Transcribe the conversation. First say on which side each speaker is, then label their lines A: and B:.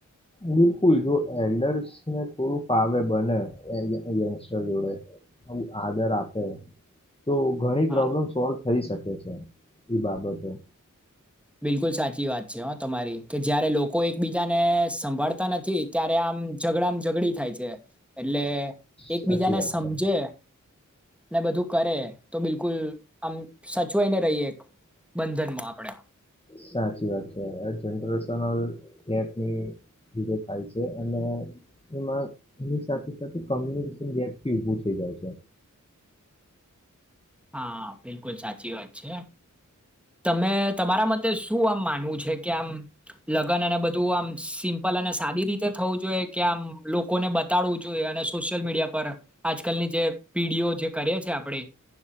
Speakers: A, on the left (about 20°); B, in the centre.
A: બિલકુલ જો એલ્ડર્સ ને થોડું પાવે બનેય <unintelligible> જોડે એવુ આદર આપે. તો ઘણી
B: હા
A: પ્રોબ્લેમ સોલ્વ થઈ શકે છે એ બાબતે.
B: બિલકુલ સાચી વાત છે હ તમારી કે જયારે લોકો એકબીજાને સંભાળતા નથી ત્યારે આમ ઝઘડામાં ઝઘડી થાય છે. એટલે એકબીજાને
A: સાચી વાત
B: સમજે
A: છે
B: ને બધું કરે તો બિલકુલ આમ સચવાઈને રહીએ બંધનમાં આપડે.
A: સાચી વાત છે આ જનરેશન <unintelligible> થાય છે અને એમાં એની સાથે સાથે કોમ્યુનિકેશન ગેપી ઉભું થઈ જાય છે.
B: હા બિલકુલ સાચી વાત છે તમે તમારા મતે શું આમ માનવું છે કે આમ લગ્ન અને બધ ધું આમ સિમ્પલ અને સાદી રીતે થવું જોઈએ? કે આમ લોકોને બતાડવું જોઈએ અને સોશિયલ મીડિયા પર આજકાલની જે પીઢીઓ જે કરે છે આપડી